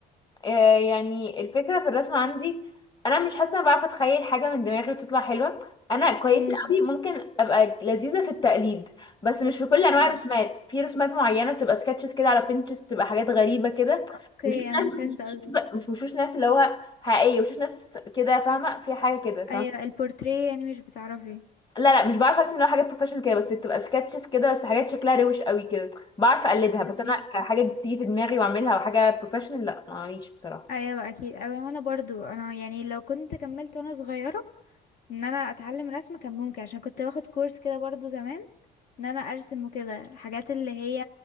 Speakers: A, on the left (about 25°); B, on the left (about 55°).
A: آه، يعني الفكره في الرسم عندي انا مش حاسه انا بعرف اتخيل حاجه من دماغي وتطلع حلوه انا كويسه
B: امم
A: قوي ممكن ابقى لذيذه في التقليد بس مش في كل انواع
B: مم.
A: الرسومات في رسومات معينه بتبقى سكتشز كده على بنترست بتبقى حاجات غريبه كده
B: اوكي
A: وشوش
B: انا
A: ناس
B: فهمت
A: بس
B: قصدي
A: مش مش وشوش ناس اللي هو حقيقيه وشوش ناس كده فاهمه في حاجه كده
B: ايوه البورتريه يعني مش بتعرفي
A: لا لا مش بعرف ارسم اللي هو حاجات بروفيشنال كده بس بتبقى سكتشز كده بس حاجات شكلها روش قوي كده بعرف اقلدها بس
B: ايوه
A: انا كحاجه بتيجي في دماغي واعملها وحاجه بروفيشنال لا معليش بصراحه
B: ايوه اكيد ايوه وانا برضو انا يعني لو كنت كملت وانا صغيره ان انا اتعلم رسم كان ممكن عشان كنت باخد كورس كده برضو زمان ان انا ارسم وكده الحاجات اللي هي